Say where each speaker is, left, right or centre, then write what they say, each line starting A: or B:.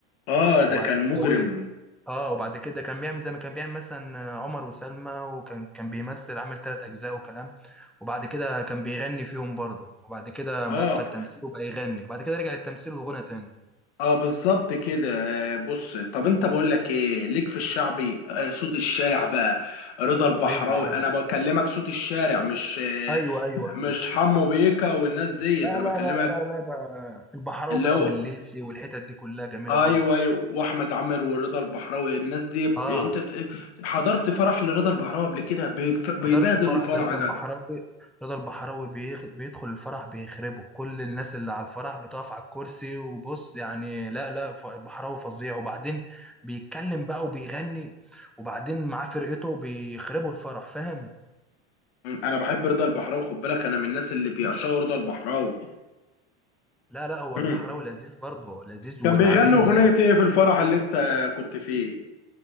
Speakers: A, on the left (about 85°); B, in the centre.
A: اه
B: وبعد
A: ده كان
B: كده
A: مجرم
B: وقف اه وبعد كده كان بيعمل زي ما كان بيعمل مثلا عمر وسلمى وكان كان بيمثل عامل ثلاث اجزاء وكلام وبعد كده كان بيغني فيهم برضه وبعد كده
A: اه
B: بطل تمثيل وبقى يغني وبعد كده رجع للتمثيل والغنى تاني
A: اه بالظبط كده آه بص طب انت بقول لك ايه ليك في الشعبي آه صوت الشارع بقى رضا البحراوي
B: ايوه يا عم
A: انا بكلمك صوت الشارع مش آه
B: ايوه ايوه
A: مش
B: ايوه
A: حمو بيكا والناس ديت
B: لا
A: انا
B: لا
A: بكلمك
B: لا لا لا البحراوي
A: اللي
B: بقى
A: هو
B: والليسي والحتت دي كلها جميله
A: ايوه
B: برضه
A: ايوه واحمد عامر ورضا البحراوي الناس دي بت-
B: اه
A: انت ت- حضرت فرح لرضا البحراوي قبل كده بيف- بيبادل
B: حضرت فرح
A: الفرح
B: رضا
A: يا جدع
B: البحراوي رضا البحراوي بيخ... بيدخل الفرح بيخربه كل الناس اللي على الفرح بتقف على الكرسي وبص يعني لا لا ف- البحراوي فظيع وبعدين بيتكلم بقى وبيغني وبعدين معاه فرقته بيخربوا الفرح فاهم
A: م، انا بحب رضا البحراوي خد بالك انا من الناس اللي بيعشقوا رضا البحراوي
B: لا لا هو البحراوي
A: أمم.
B: لذيذ برضه لذيذ
A: كان
B: وبعدين
A: بيغنوا اغنية ايه في الفرح اللي انت كنت فيه